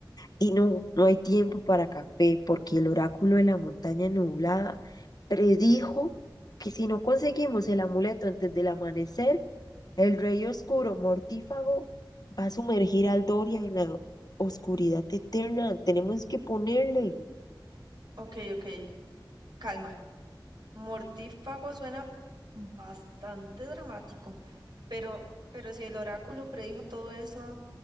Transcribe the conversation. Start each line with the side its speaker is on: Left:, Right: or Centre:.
Left: Y no, no hay tiempo para café, porque el oráculo de la montaña nublada predijo que si no conseguimos el amuleto antes del amanecer, el rey oscuro mortífago va a sumergir al Doria en la oscuridad eterna. Tenemos que ponerle.
Right: mm, ok, ok, calma. Mortífago suena bastante dramático, pero, pero si el oráculo predijo todo eso,